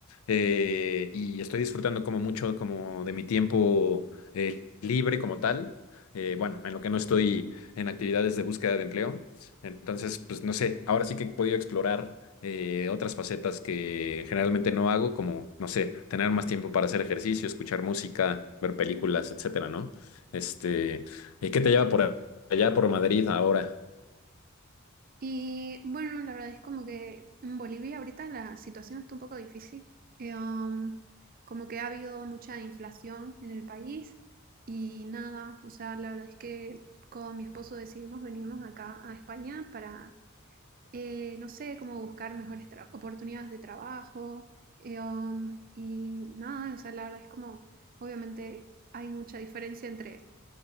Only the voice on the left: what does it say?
eh, y estoy disfrutando como mucho como de mi tiempo eh, libre como tal. Eh, bueno, en lo que no estoy en actividades de búsqueda de empleo. Entonces, pues no sé, ahora sí que he podido explorar eh, otras facetas que generalmente no hago, como, no sé, tener más tiempo para hacer ejercicio, escuchar música, ver películas, etcétera, ¿no? Este, ¿y qué te lleva por allá, por Madrid ahora?